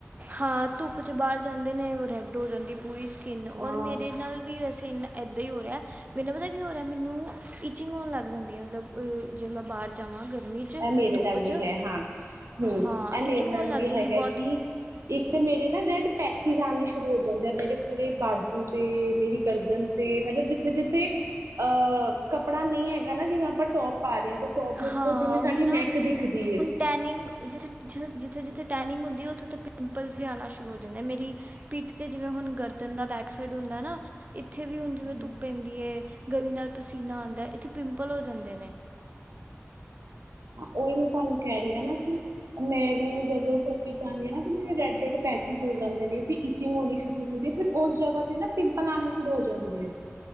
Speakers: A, on the right; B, on the right.
A: ਹਾਂ ਧੁੱਪ ਚ ਬਾਰ ਜਾਂਦੇ ਨੇ ਰੈਡ ਹੋ ਜਾਂਦੀ ਪੂਰੀ ਸਕਿੰਨ, ਔਰ
B: ਹਾਂ
A: ਮੇਰੇ ਨਾਲ ਵੀ ਵੈਸੇ ਇਨਾ ਏਦਾਂ ਹੀ ਹੋ ਰਿਹਾ ਮੈਨੂੰ ਪਤਾ ਕੀ ਹੋ ਰਿਹਾ ਮੈਨੂੰ ਇੰਚਿੰਗ ਹੋਣ ਲੱਗ ਜਾਂਦੀ ਆ ਮਤਲਬ ਜੇ ਮੈਂ ਬਾਹਰ ਜਾਵਾਂ ਗਰਮੀ 'ਚ
B: ਐ ਮੇਰੇ
A: ਧੁੱਪ
B: ਨਾਲ
A: 'ਚ
B: ਵੀ ਹੈ ਹਾਂ, ਹੂ
A: ਹਾਂ
B: ਐ ਮੇਰੇ
A: ਇਚਿੰਗ
B: ਨਾਲ
A: ਹੋਣ ਲੱਗ
B: ਵੀ
A: ਜਾਂਦੀ
B: ਹੈਗਾ
A: ਬਹੁਤ
B: ਕੀ ਇੱਕ ਤੇ ਮੇਰੇ ਨਾ ਰੈਡ ਪੈਚਿਸ ਆਉਣੇ ਸ਼ੁਰੂ ਹੋ ਜਾਂਦੇ ਆ ਮੇਰੇ ਪੂਰੇ ਬਾਜੂ ਤੇ ਮੇਰੀ ਗਰਦਨ ਤੇ ਮਤਲਬ ਜਿੱਥੇ ਜਿੱਥੇ ਅ ਕੱਪੜਾ ਨਹੀਂ ਹੈਗਾ ਨਾ ਜਿਵੇਂ ਆਪਾਂ ਟੋਪ ਪਾ ਰਹੇ ਆ ਤੇ ਟੋਪ ਦੇ ਉੱਪਰ
A: ਹਾਂ
B: ਜਿਵੇਂ ਸਾਡੀ
A: ਉਹੀ ਨਾ
B: ਨੈਕ ਦਿਖਦੀ ਏ
A: ਹੁ ਟੈਨਿੰਗ ਜਿੱ ਜਿੱਥੇ ਜਿੱਥੇ ਟੈਨਿੰਗ ਹੁੰਦੀ, ਉੱਥੇ ਉੱਥੇ ਪਿੰੰਪਲਸ ਵੀ ਆਣਾ ਸ਼ੁਰੂ ਹੋ ਜਾਂਦੇ ਮੇਰੀ ਪਿੱਠ ਤੇ ਜਿਵੇਂ ਹੁਣ ਗਰਦਨ ਦਾ ਬੈਕ ਸਾਈਡ ਹੁੰਦਾ ਨਾ ਇੱਥੇ ਵੀ ਹੁਣ
B: ਹੂੰ
A: ਜਿਵੇਂ ਧੁੱਪ ਪੈਂਦੀ ਏ, ਗਰਮੀ ਨਾਲ ਪਸੀਨਾ ਆਂਦਾ, ਇੱਥੇ ਪਿੰਪਲ ਹੋ ਜਾਂਦੇ ਨੇ।
B: ਹਾਂ, ਉਹੀ ਮੈਂ ਤੁਹਾਨੂੰ ਕੈ ਰਹੀ ਹਾਂ ਨਾ ਕਿ ਮੈਂ ਵੀ ਜਦੋਂ ਧੁੱਪ ਚ ਜਾਣੀਂ ਆ ਨਾ ਮੇਰੇ ਰੈੱਡ ਰੈੱਡ ਪੈਚਿਸ ਹੋ ਜਾਂਦੇ ਨੇ ਫਿਰ ਇੰਚਿੰਗ ਹੋਣੀ ਸ਼ੁਰੂ ਹੋ ਜਾਂਦੀ ਫਿਰ ਉਸ ਜਗ੍ਹਾ ਤੇ ਨਾ ਪਿੰਪਲ ਆਣੇ ਸ਼ੁਰੂ ਹੋ ਜਾਂਦੇ ਆ।